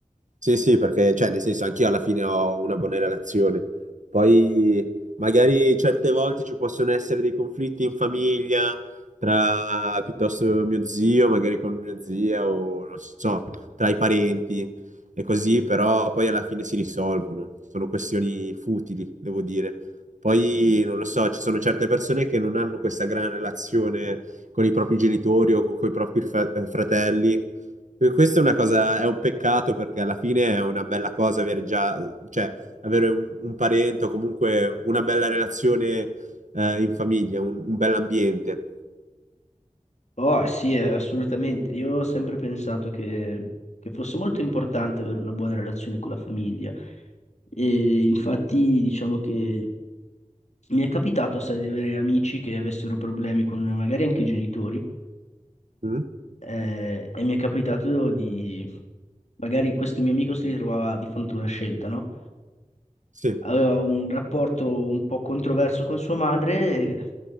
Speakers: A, on the right (about 65°); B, on the left (about 60°).
A: Sì, sì, perché, cioè, nel senso, anch'io alla fine ho una buona relazione. Poi, magari certe volte ci possono essere dei conflitti in famiglia, tra piuttosto mio zio, magari con mia zia, o non so, tra i parenti e così, però poi alla fine si risolvono. Sono questioni futili, devo dire. Poi, non lo so, ci sono certe persone che non hanno questa gran relazione con i propri genitori o con i propri fra- eh, fratelli e Questa è una cosa, è un peccato perché alla fine è una bella cosa avere già, cioè, avere un, un parente o comunque una bella relazione eh, in famiglia, un, un bell'ambiente.
B: Oh, sì, eh, assolutamente. Io ho sempre pensato che, che fosse molto importante avere una buona relazione con la famiglia. E infatti, diciamo che mi è capitato, sai, di avere amici che avessero problemi con magari anche i genitori.
A: Mm?
B: eh, e mi è capitato di, magari questo mio amico si ritrovava di fronte a una scelta, no?
A: Sì,
B: Aveva un rapporto un po' controverso con sua madre e,